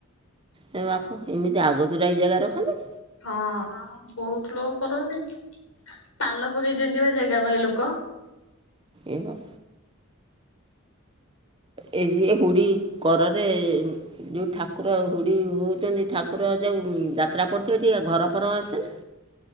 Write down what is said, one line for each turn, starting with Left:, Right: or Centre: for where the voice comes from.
Right: ହେ ବାପ ଏମିତି ଆଗୁତୁରାକି ଜାଗା ରଖନ୍ତି।
Left: ହଁ ଆଉ ବହୁତ ଲୋକ କରନ୍ତି ପାଲ ପକେଇ ଦିଅନ୍ତି ବା ଜାଗା ପାଇଁ ଲୋକ।
Right: ଏ ବାପ ଏ ଯିଏ ହୁଡ଼ି କରରେ ଯେଉଁ ଠାକୁର ହୁଡ଼ି ହଉଛନ୍ତି ଠାକୁର ଯେଉଁ ଯାତ୍ରା ପଡ଼ୁଛି ହେଠି ଘର ଫର ଅଛି ନା?